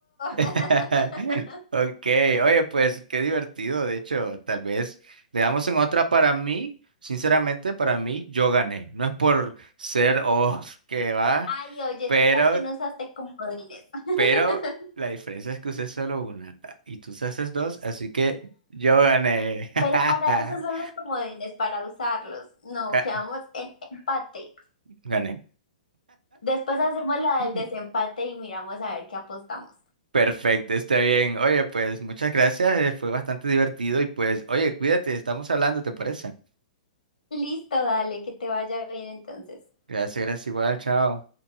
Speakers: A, on the right (about 85°); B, on the left (about 85°).
A: <laughs>
B: <laughs>
A: Ok, oye, pues qué divertido. De hecho, tal vez le damos en otra para mí. Sinceramente, para mí, yo gané. No es por ser, oh, que va,
B: Ay, oye,
A: pero,
B: tú también usaste comodines. <laughs>
A: pero la diferencia es que usé solo una ah, y tú usaste dos, así que yo gané. <laughs>
B: Pero para eso son los comodines, para usarlos. No,
A: Ga-
B: quedamos en empate.
A: Gané.
B: Después hacemos la
A: <laughs>
B: del desempate y miramos a ver qué apostamos.
A: Perfecto, está bien. Oye, pues muchas gracias. eh, Fue bastante divertido y pues, oye, cuídate, estamos hablando, ¿te parece?
B: Listo, dale, que te vaya bien entonces.
A: Gracias, gracias, igual, chao.